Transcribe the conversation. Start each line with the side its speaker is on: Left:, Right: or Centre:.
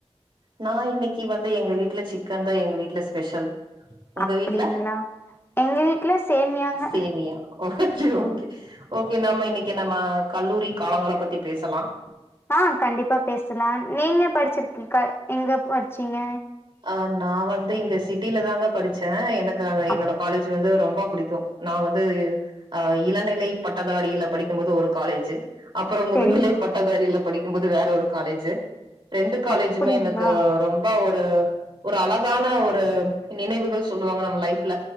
Right: நான் இன்னைக்கு வந்து எங்க வீட்டு்ல சிக்கன் தான் எங்க வீட்டுல ஸ்பெஷல் உங்க
Left: அப்டிங்களா
Right: வீட்டுல
Left: எங்க வீட்ல சேமியாங்க
Right: சேமியா ஓகே ஓகே ஓகே நாம இன்னைக்கு ஓகே நம்ம கல்லூரி காலங்கள பத்தி பேசலாம்
Left: ஆஹ் கண்டிப்பா பேசலாம் நீங்க படிச்சிருக்கீ எங்க படிச்சீங்க
Right: ஆஹ் நான் வந்து இங்க சிட்டில தாங்க படிச்சேன் எனக்கு அந்த என்னோட
Left: அப்
Right: காலேஜ் வந்து ஒரு ரொம்ப புடிக்கும் நான் வந்து அ இளநிலை பட்டதாரில படிக்கும் போது ஒரு காலேஜ் அப்புறம் முதுநிலை
Left: சேரிங்
Right: பட்டதாரியில படிக்கம்போது வேற ஒரு காலேஜ்ஜூ ரெண்டு காலேஜ்மே
Left: அப்டிங்களா
Right: எனக்கு ரொம்ப ஒ ஆ ஒரு அழகான ஒரு நினைவுகள் சொல்லுவாங்க நம்ம லைஃப்ல